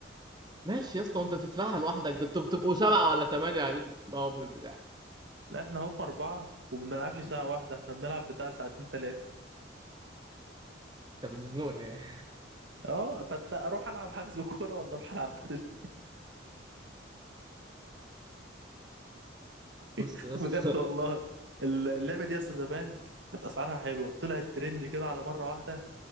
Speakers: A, on the right (about 20°); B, on the right (about 70°).
A: ماشي يا اسطى وانت بتدفعها لوحدك ده انتوا بتبقوا سبعة ولا ثمانية قاعدين بتدفعوا بالبتاع
B: لا احنا هم اربعه ومبنلعبش ساعه واحده احنا بنلعب بتاع ساعتين ثلاثه
A: انت بتزنوني يعني
B: اه فانت اروح العب حجز كوره ولا اروح العب بدل
A: <laughs> بص
B: <laughs>
A: يا اسطى
B: بجد والله ال- اللعبه دي اصلا زمان كانت اسعارها حلوه طلعت ترند كده على مره واحده